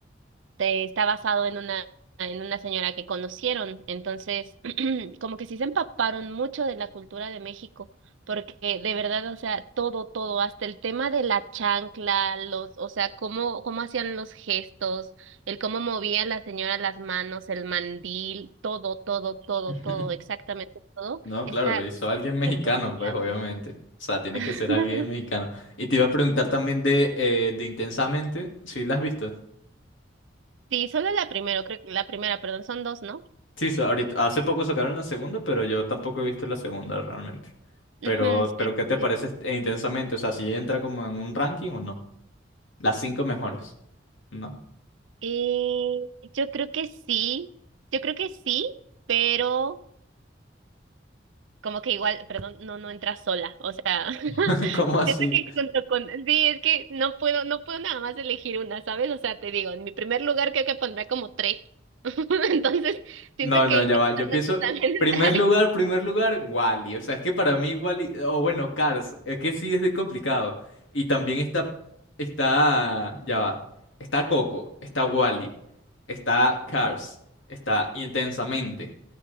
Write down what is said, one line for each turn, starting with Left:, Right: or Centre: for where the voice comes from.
Right: de- está basado en una, en una señora que conocieron. Entonces, <clears throat> como que sí se empaparon mucho de la cultura de México, porque de verdad, o sea, todo, todo, hasta el tema de la chancla, los, o sea, cómo, cómo hacían los gestos, el cómo movía la señora las manos, el mandil, todo, todo, todo,
Left: <laughs>
Right: todo, exactamente todo,
Left: No,
Right: está
Left: claro, lo hizo
Right: súper
Left: alguien mexicano,
Right: diferenciado.
Left: pues obviamente. O sea, tiene
Right: <laughs>
Left: que ser alguien mexicano. Y te iba a preguntar también de, eh, de Intensamente, si la has visto?
Right: Sí, solo la primera creo, la primera, perdón, son dos, ¿no?
Left: Sí, so- ahorita, hace poco sacaron la segunda, pero yo tampoco he visto la segunda realmente.
Right: Ujú,
Left: Pero, pero
Right: sí,
Left: ¿qué te
Right: sí,
Left: parece este- Intensamente? O sea, si entra como en un ranking o no. Las cinco mejores, ¿no?
Right: Eh, yo creo que sí, yo creo que sí, pero como que igual, perdón, no, no entra sola, o sea, <laughs>
Left: <laughs> ¿Cómo así?
Right: siento que junto con, sí, es que no puedo, no puedo nada más elegir una, ¿sabes? O sea, te digo, en mi primer lugar creo que pondrá como tres, <laughs> entonces siento
Left: No,
Right: que
Left: no,
Right: intentando
Left: ya va. Yo pienso,
Right: también
Left: primer
Right: <laughs>
Left: lugar, primer lugar, Wally. O sea, es que para mí Wally, o bueno, Cars, es que sí es de complicado. Y también está, está, ya va. Está Coco, está Wally, está Cars, está Intensamente,